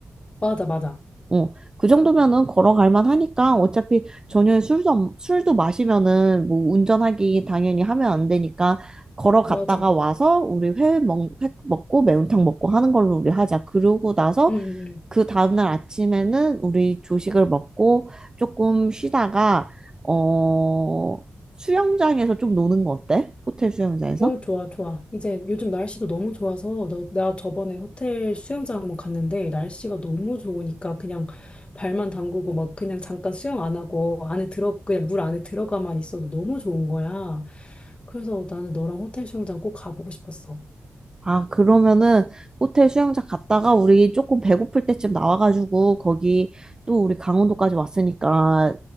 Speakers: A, on the left (about 25°); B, on the right (about 15°).
A: 맞아 맞아
B: 어, 그 정도면은 걸어갈 만하니까 어차피 저녁에 술도, 안- 술도 마시면은 뭐 운전하기 당연히 하면 안 되니까 걸어갔다가
A: 맞아
B: 와서 우리 회 먹, 회 먹고 매운탕 먹고 하는 걸로 우리 하자. 그러고 나서
A: 음어
B: 그 다음날 아침에는 우리 조식을 먹고 조금 쉬다가, 어, 수영장에서 좀 노는 거 어때? 호텔 수영장에서?
A: 좋아 좋아 이제 요즘 날씨도 너무 좋아서 너, 나 저번에 호텔 수영장 한번 갔는데 날씨가 너무 좋으니까 그냥 발만 담그고 막 그냥 잠깐 수영 안 하고 안에 들어 그냥 물 안에 들어가만 있어도 너무 좋은 거야 그래서 나는 너랑 호텔 수영장 꼭 가보고 싶었어
B: 아, 그러면은 호텔 수영장 갔다가 우리 조금 배고플 때쯤 나와가지고 거기 또 우리 강원도까지 왔으니까